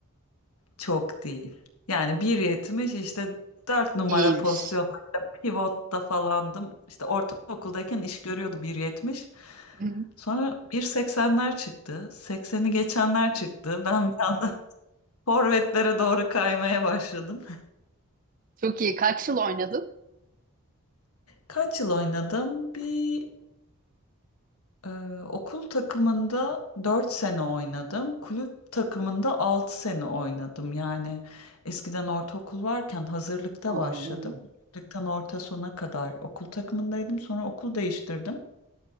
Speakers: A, on the left; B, on the right.
A: çok değil. Yani bir yetmiş işte 4 numara
B: İyiymiş.
A: pozisyonlarda pivotta falandım. İşte ortaokuldayken iş görüyordu bir yetmiş.
B: Hı hı.
A: Sonra 1.80'ler çıktı. 80'i geçenler çıktı. Ben bir anda <laughs> forvetlere doğru kaymaya başladım.
B: Çok iyi. Kaç yıl oynadın?
A: Kaç yıl oynadım? Bir Ee, okul takımında 4 sene oynadım. Kulüp takımında 6 sene oynadım. Yani eskiden ortaokul varken hazırlıkta
B: Oo,
A: başladım. Hazırlıktan orta sona kadar okul takımındaydım. Sonra okul değiştirdim.